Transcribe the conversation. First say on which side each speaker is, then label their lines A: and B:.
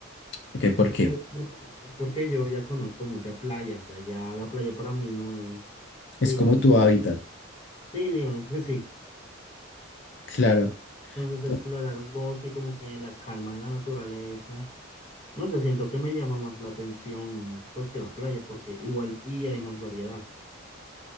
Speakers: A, on the left; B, on the left.
A: Ok, ¿por qué?
B: Pero es porque, es porque yo ya conozco mucha playa. O sea, ya la playa para mí no es,
A: Es
B: digamos,
A: como tu hábitat.
B: sí, digamos que sí.
A: Claro.
B: Entonces,
A: to-
B: explorar un bosque y como que la calma de la naturaleza No sé, siento que me llama más la atención pues que la playa, porque igual y hay más variedad.